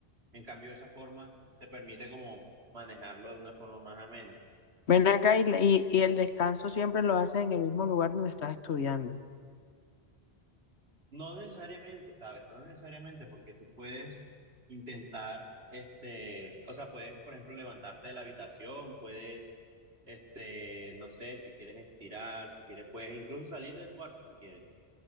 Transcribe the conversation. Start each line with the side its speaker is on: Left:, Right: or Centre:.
Right: En cambio, de esa forma te permite como manejarlo de una forma más amena.
Left: Ven acá y, la- y, y el descanso siempre lo haces en el mismo lugar donde estás estudiando.
Right: No necesariamente, ¿sabes? No necesariamente porque tú puedes intentar, este, o sea, puedes, por ejemplo, levantarte de la habitación, puedes, este, no sé, si quieres estirar, si quieres, puedes incluso salir del cuarto si quieres.